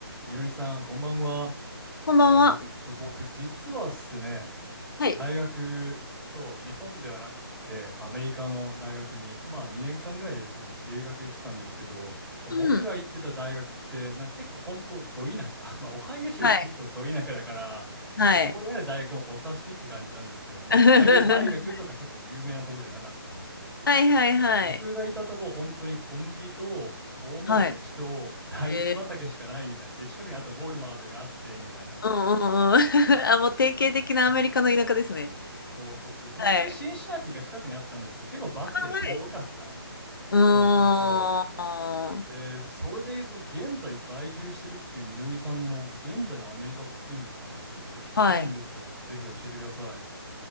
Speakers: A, in the centre; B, on the left.
A: みのりさん、こんばんは。
B: こんばんは。
A: えーっと、僕、実はですね、
B: はい。
A: 大学、そう、日本ではなくって、アメリカの大学に、まあ、2年間ぐらいですけど、留学行ってたんですけど、僕が行ってた大学って、
B: うんうん。
A: なんか結構、本当ど田舎、<laughs> まあ、オハイオ州が結構ど田舎だから、
B: はい、はい。
A: まあ、そこにある大学もお察しって感じなんですけど、まあ、
B: <laughs>
A: オハイオ大学とか結構有名なとこじゃなかったんで、
B: はいはいはい。
A: で僕がいたとこ、本当に小麦と、トウモロコシと、
B: はい。
A: 大豆畑しかないみたい。
B: えー、
A: で、近くにあとウォルマートがあって、みたいな。
B: うんうんうん。<laughs> あ、もう典型的なアメリカの田舎ですね。
A: うんそうそうそう。まあ一応シンシナティが近くにあったんですけど、
B: はい。
A: 結構バスで遠かった。
B: あ、はい。うー
A: そうそうそう。
B: ん。
A: で、それで言うと、現在在住してるっていうみのりさんの、現在のアメリカっていうんですかね。ちょっと聞きたいんですけど、
B: はい。
A: ぜひ教えてください。